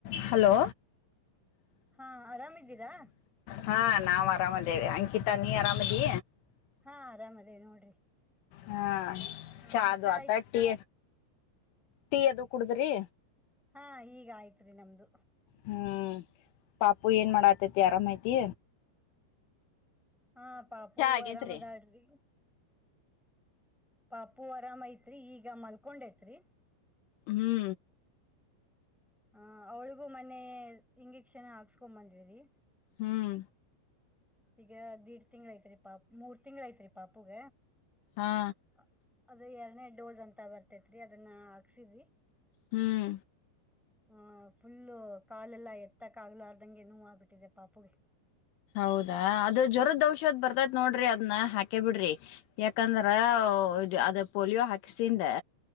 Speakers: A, on the left; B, in the centre.
A: Hello
B: ಹಾ ಆರಾಮ ಇದೀರಾ.
A: ಹಾ ನಾವು ಆರಾಮದೇವೆ ಅಂಕಿತಾ ನೀ ಆರಾಮದೀ.
B: ಹಾ ಆರಾಮ ಅದೆ ನೋಡ್ರಿ.
A: ಹಾ
B: ಆ
A: ಚಾದು
B: ಚಾ
A: ಆತ
B: ಆಯ್ತ್
A: ಹಟ್ಟಿ. ಟೀ ಅದು ಕುಡದ್ರಿ.
B: ಹಾ ಈಗ ಆಯ್ತ್ರಿ ನಮ್ದು.
A: ಹ್ಮ್ ಪಾಪು ಏನ್ ಮಾಡಾತತಿ ಆರಾಮೈತಿ.
B: ಹಾ ಪಾಪು
A: ಆಗೇತ್ರಿ
B: ಆರಾಮ ಅದಾಳ್ರಿ. ಪಾಪು ಆರಾಮೈತ್ರಿ ಈಗ ಮಲ್ಕೊಂಡೈತ್ರಿ.
A: ಹ್ಮು
B: ಹ ಅವಳಿಗೂ ಮನ್ನೆ ಇಂಜೆಕ್ಷನ್ ಹಾಕ್ಸ್ಕೊ ಬಂದಿವಿರಿ.
A: ಹ್ಮು
B: ಈಗ ದೀಡ್ ತಿಂಗಳ ಆಯ್ತ್ರಿ ಪಾಪ್ ಮೂರ್ ತಿಂಗಳ ಐತ್ರಿ ಪಾಪುಗ.
A: ಹಾ
B: ಆ ಅದು ಎರಡ್ನೇ ಡೋಸ್ ಅಂತ ಬರ್ತೇತ್ರಿ ಅದನ್ನ ಹಾಕ್ಸಿದ್ವಿ.
A: ಹ್ಮು
B: ಹ ಫುಲ್ಲು ಕಾಲೆಲ್ಲಾ ಎತ್ತಕ್ ಆಗ್ಲಾರ್ದಂಗೆ ನೋವ್ ಆಗ್ಬಿಟ್ಟಿದೆ ಪಾಪುಗೆ.
A: ಹೌದಾ ಅದುದ್ ಜ್ವರದ್ ಔಷಧ ಬರ್ತೈತ್ ನೋಡ್ರಿ ಅದ್ನ್ ಹಾಕೆ ಬಿಡ್ರಿ ಯಾಕಂದ್ರಾ <unintelligible> ಆದೆ ಪೋಲಿಯೋ ಹ್ಯಾಕ್ಸಿನ್. ದೆ